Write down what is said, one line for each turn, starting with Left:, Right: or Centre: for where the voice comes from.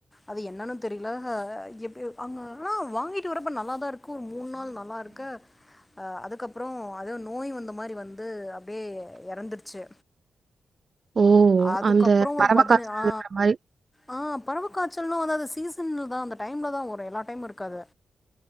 Left: அது என்னன்னு தெரியல எப்ப ஆமா ஆனா வாங்கிகிட்டு வரப்போ நல்லா தா இருக்கு ஒரு மூணு நாள் நல்லா இருக்க அதுக்கப்பறோ அது நோய் வந்த மாரி வந்து அப்படியே இறந்துடுச்சு
Right: ஓ
Left: அதுக்கப்பற
Right: அந்த
Left: ஒரு
Right: பறவ
Left: பதினி
Right: காய்ச்சல்ன்ற
Left: ஆ
Right: மாரி
Left: ஆ பறவ காய்ச்சலா அதாவது சீசன்ல தா அது அந்த டைம்ல தா வரு எல்லா டைமு இருக்காது